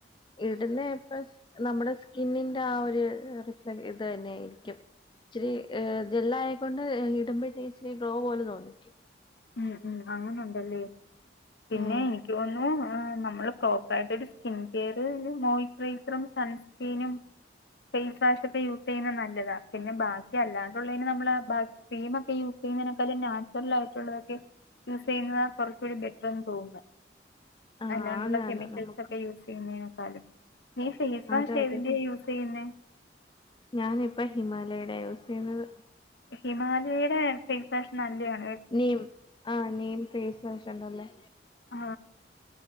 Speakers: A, on the left (about 25°); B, on the left (about 70°).
A: ഇടുന്ന എ പ്ലസ് നമ്മടെ സ്കിന്നിന്റെ ആ ഒരു റിഫ്ല ഇത് തന്നെ ആയിരിക്കും ഇച്ചിരി ഏഹ് ജെല്ലായെക്കൊണ്ട് ഇടുമ്പോഴത്തേക്ക് ഇച്ചിരി ഗ്ലോ പോലെ തോന്നിക്കും
B: ഉം ഉംഅങ്ങനെ ഒണ്ടല്ലേ പിന്നെയ്
A: ഉം
B: ക്കോന്നു നമ്മള് പ്രോപ്പർ ആയിട്ടൊരു ഒരു സ്കിൻ കെയറ് മോയ്സ്ചറൈസറും സൺസ്ക്രീനും ഫേസ് വാഷ് ഒക്കെ യൂസ് ചെയ്യുന്നത് നല്ലതാ പിന്നെ ബാക്കി അല്ലാണ്ടുള്ളതിന് നമ്മൾ ബാ പീം മൊക്കെ യൂസ് ചെയ്യുന്നതിനേക്കാലും നാച്ചുറൽ ആയി ട്ട് ള്ളൊതൊക്കെ യൂസെ യ്യുന്നത കൊറച്ചുകൂടി ബെറ്റർന്ന് തോന്നുന്നെ
A: ആ
B: അല്ലാണ്ടുള്ള
A: ആന്നാന്ന്
B: കെമിക്കൽസ്
A: നമുക്ക്
B: ഒക്കെ യൂസ് ചെയുന്നേനെക്കാലും നീ ഫേയ്സ് വാഷ്
A: അതായിപ്പ
B: ഏതിന്റെ യ യൂസ് ചെയ്യുന്നേ
A: ഞാനിപ്പ ഹിമാലയയൂടെ യൂസെ യ്യുന്നത്
B: ഹിമാലയുടെ ഫേസ് വാഷ് നല്ലയാ
A: നീം ആഹ് നീം ഫേസ് വാഷ് ഉണ്ടല്ലേ
B: ആ